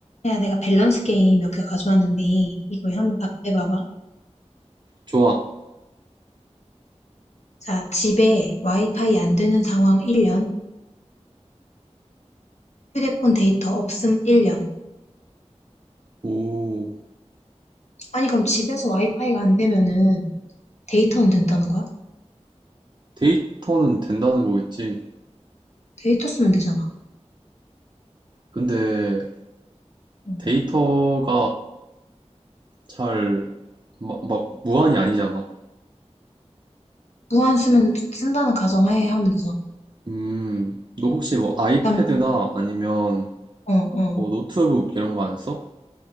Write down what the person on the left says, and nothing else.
야, 내가 밸런스 게임 몇 개 가져왔는데, 이거 한번 답해봐봐.
자, 집에 와이파이 안 되는 상황 1년, 휴대폰 데이터 없음 1년.
아니, 그럼 집에서 와이파이가 안 되면은 데이터는 된다는 거야?
데이터 쓰면 되잖아.
응.
무한 쓰면, 쓴다는 가정하에 하면 되잖아.
난,
어, 어,